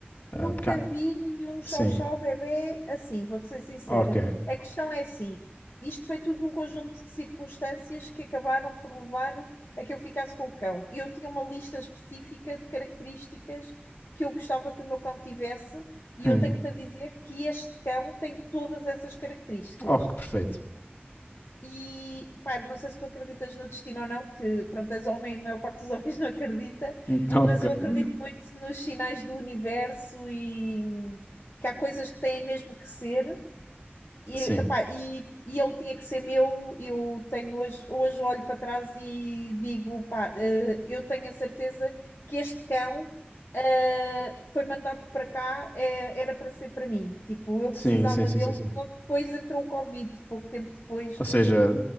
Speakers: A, on the left; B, on the left.
A: Ah,
B: nunca
A: porque há-
B: vi nenhum chau-chau
A: Sim,
B: bebé assim, vou-te ser sincera.
A: ok.
B: A questão é assim, isto foi tudo um conjunto de circunstâncias que acabaram por levar a que eu ficasse com o cão. Eu tinha uma lista específica de características que eu gostava que o meu cão tivesse e
A: Hum.
B: eu tenho-te a dizer que este cão tem todas essas características.
A: Oh, que perfeito.
B: E, pá, não sei se tu acreditas no destino ou não, porque, pronto, és homem e a maior parte dos homens <laughs> não acredita,
A: <laughs> Ok.
B: mas eu acredito
A: Hum,
B: muito nos sinais do universo e hum, que há coisas que têm mesmo que ser. E,
A: Sim,
B: epá, e, e ele tinha que ser meu. Eu tenho hoje, hoje olho para trás e digo, pá, eh, eu tenho a certeza que este cão, eh, foi mandado para cá, eh, era para ser para mim. Tipo, eu
A: sim,
B: precisava
A: sim, sim,
B: dele.
A: sim. sim.
B: Logo depois entrou o Covid, pouco tempo depois.
A: Ou seja,